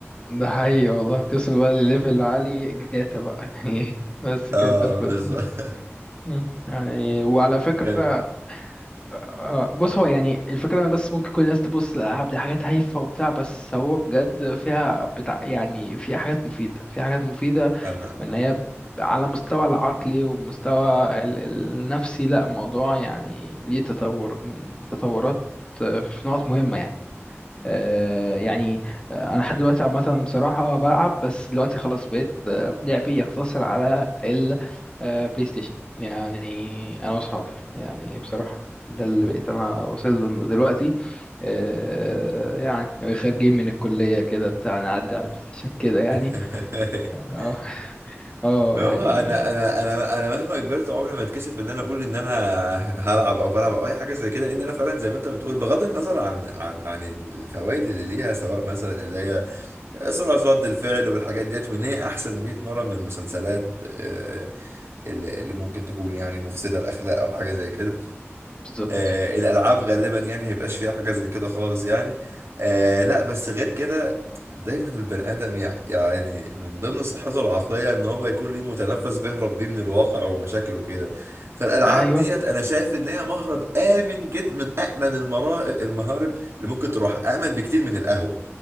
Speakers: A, on the left; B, on the right.
A: ده حقيقي والله توصل بقى لليفل عالي جاتا بقى يعني <laughs> بس كده
B: اه
A: انت قفلت
B: بالظبط
A: ده مم. يعني وعلى فكرة
B: <laughs> كان
A: آه، آه، بص هو يعني الفكرة أنا بس ممكن كل الناس تبص للألعاب دي حاجات هايفة وبتاع بس هو بجد فيها بتاع يعني فيها حاجات مفيدة فيها حاجات مفيدة
B: انا
A: وإن هي على مستوى العقلي ومستوى ال- النفسي لا الموضوع يعني ليه تطور من تطورات آه، في نقط مهمة يعني آه، يعني آه، انا لحد دلوقتي عامه بصراحه بلعب بس دلوقتي خلاص بقيت آه، لعبي يقتصر على البلاي ستيشن يعني انا واصحابي يعني بصراحه ده اللي
B: مم.
A: بقيت انا واصل له دلوقتي آه، يعني خارجين من الكليه كده بتاع نعدي على البلاي ستيشن كده يعني
B: <laughs>
A: اه <laughs> اه
B: هو
A: يعني
B: انا انا انا انا مهما كبرت عمري ما اتكسف ان انا اقول ان انا هلعب او بلعب او اي حاجه زي كده لان انا فعلا زي ما انت بتقول بغض النظر عن عن عن الفوائد اللي ليها سواء مثلا اللي هي سرعه رد الفعل والحاجات ديت وان هي احسن 100 مره من المسلسلات آه، اللي اللي ممكن تكون يعني مفسده الاخلاق او حاجه زي كده
A: بالظبط
B: آه الالعاب غالبا يعني ميبقاش فيها حاجه زي كده خالص يعني آه لا بس غير كده دايما البني ادم يع- يعني من ضمن صحته العقليه ان هو يكون ليه متنفس بيهرب بيه من الواقع ومشاكله وكده فالالعاب
A: ايوه
B: ديت انا شايف ان هي مهرب امن جدا من امن المرا- المهارب اللي ممكن تروح امن بكتير من القهوه